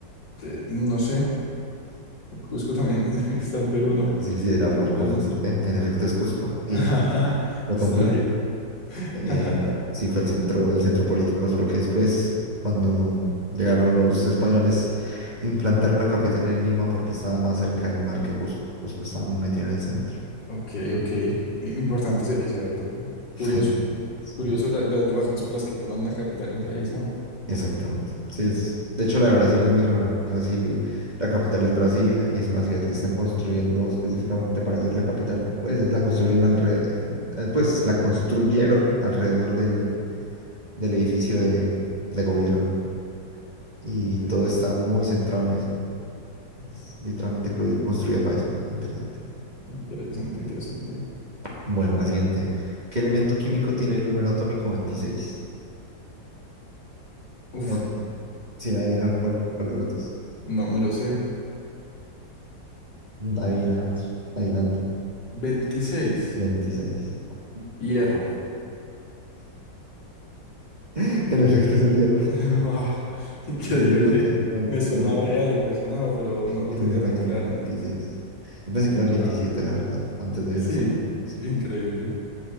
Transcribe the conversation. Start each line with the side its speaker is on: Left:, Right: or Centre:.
Left: Eh, no sé. Cusco también <laughs> está en Perú, no,
Right: Pero sí, sí, era por confundirte.
Left: pero no sé.
Right: En efecto es Cusco, y
Left: <laughs>
Right: sí, lo confirmo.
Left: Está bien. <laughs>
Right: Eh, sí, fue el centro, el centro político, solo que después, cuando llegaron los españoles, implantaron la capital en Lima porque estaba más cerca del mar que Cusco. Cusco estaba muy metido en el centro.
Left: Ok, ok. Importante ese, ese dato. Curioso.
Right: <laughs> Sí.
Left: Curioso la- las razones por las que toman una capital en país, ¿no?
Right: Exactamente. Sí, es. De hecho, la de Brasil es muy rara. Brasil, la capital es Brasilia y es una ciudad que están construyendo específicamente para hacer la capital. Pues la construyen alre- eh, pues la construyeron alrededor del, del edificio de, de gobierno. Y
Left: Ok,
Right: todo está muy centrado en eso. Es literalmente cru-
Left: ok.
Right: construida para eso. Interesante.
Left: Interesante, interesante.
Right: Bueno, la siguiente. ¿Qué elemento químico tiene el número atómico 26?
Left: Uf,
Right: No, sin adivinar cuál, cuál de otros.
Left: no me lo sé.
Right: Adivinar, adivinando.
Left: veintiséis,
Right: veintiséis 26.
Left: Hierro.
Right: Bien. <laughs> En efecto es el hierro.
Left: <laughs> Wow, increíble.
Right: El hierro tiene un-
Left: Me sonaba
Right: el,
Left: de algo, me sonaba, pero no lo
Right: el
Left: tenía
Right: número
Left: tan
Right: atómico
Left: claro.
Right: veintiséis Yo pensé que
Left: Buah,
Right: era el 27 la verdad, antes de ver
Left: Sí,
Right: esa pregunta. sí.
Left: increíble.